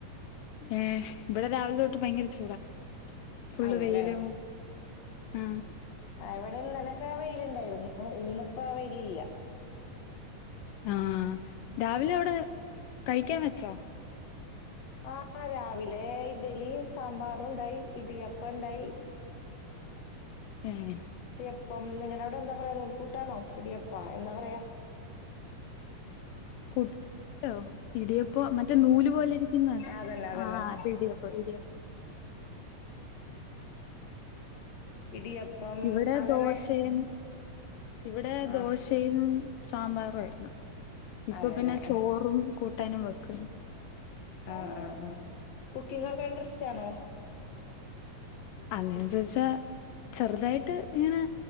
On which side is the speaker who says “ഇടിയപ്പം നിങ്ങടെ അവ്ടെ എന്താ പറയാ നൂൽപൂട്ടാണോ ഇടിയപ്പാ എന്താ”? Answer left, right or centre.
Left